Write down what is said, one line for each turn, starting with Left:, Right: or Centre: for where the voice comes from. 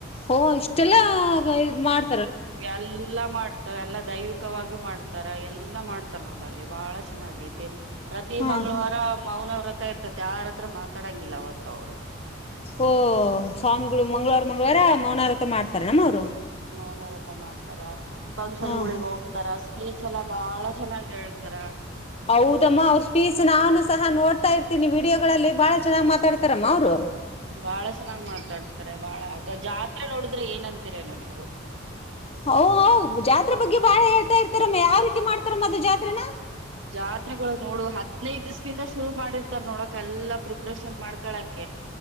Left: ಓಹ ಇಷ್ಟೆಲ್ಲ ಮಾಡ್
Right: ಎಲ್ಲಾ ಮಾಡ್ತವೆ ಎಲ್ಲಾ ದೈವಿಕವಾಗಿ ಮಾಡ್ತಾರ ಎಲ್ಲಾ ಮಾಡ್ತಾರ ನೋಡಲ್ಲಿ ಬಾಳ ಚೆನ್ನಾಗೈತಿ ಪ್ರತಿ
Left: ಹಾ
Right: ಮಂಳವಾರ
Left: ಹಾ
Right: ಮೌನವ್ರತ ಇರ್ತತಿ ಯಾರ ಹತ್ರ ಮಾತಾಡಂಗಿಲ್ಲ ಅವತ್ತ ಅವ್ರು
Left: ಓ ಸ್ವಾಮಿಗಳು ಮಂಳವಾರ ಮಂಗ್ವಾರ ಮೌನಾರತ ಮಾಡ್ತಾರ ನಮ್ಮ ಅವ್ರು
Right: ಮೌನವರ ಹತ ಮಾಡ್ತಾರ ಫಂಕ್ಷನ್
Left: ಹಾ
Right: ಗಳಿಗೆ
Left: ಹಾ
Right: ಹೋಗ್ತಾರ ಸ್ಪೀಚ್ ಚಲ ಬಾಳ ಚೆನ್ನಾಗ್ ಹೇಳ್ತಾರ
Left: ಹೌದಮ್ಮ ಅವ್ರ ಸ್ಪೀಚ್ ನಾನು ಸಹ ನೋಡ್ತಾ ಇರ್ತೀನಿ ವಿಡಿಯೋಗಳಲ್ಲಿ ಬಾಳ ಚೆನ್ನಾಗ್ ಮಾತಾಡ್ತಾರಮ್ಮ ಅವರು
Right: ಬಾಳ ಚೆನ್ನಾಗ್ ಮಾತಾಡ್ತಾರೆ ಬಾಳ ಆಗ ಜಾತ್ರೆ ನೋಡಿದ್ರೆ ಏನಂತೀರೇನು ನೀವು
Left: ಹ ಹ ಜಾತ್ರೆ ಬಗ್ಗೆ ಬಾಳ ಹೇಳ್ತಾ ಇರ್ತಾರಮ್ಮ ಯಾವ ರೀತಿ ಮಾಡ್ತಾರಮ್ಮ ಅದು ಜಾತ್ರೆನ
Right: ಜಾತ್ರೆಗಳು ನೋಡು ಹದ್ನೈದ ದಿವ್ದಿಂದ ಶುರು ಮಾಡಿರ್ ನೋಡಕ ಎಲ್ಲಾ ಪ್ರಿಪ್ರೇಷನ್ ಮಾಡ್ಕಳಕ